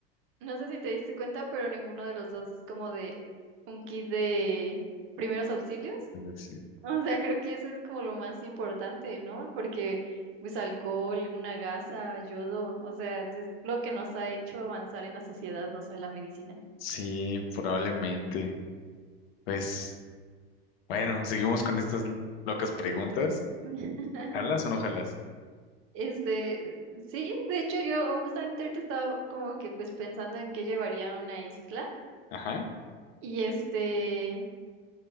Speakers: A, on the right (about 45°); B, on the left (about 70°).
A: no sé si te diste cuenta, pero ninguno de los dos es como de un kit de primeros auxilios.
B: Sí,
A: O sea, creo que eso es como lo más importante, ¿no? Porque pues alcohol, una gasa, yodo, o sea, es lo que nos ha hecho avanzar en la sociedad, o sea, la medicina.
B: Sí, probablemente. Pues, bueno, seguimos con estas locas preguntas.
A: <laughs>
B: ¿Jalas o no jalas?
A: Este, sí, de hecho yo justamente ahorita estaba como que pues pensando en qué llevaría a una isla
B: Ajá.
A: y este,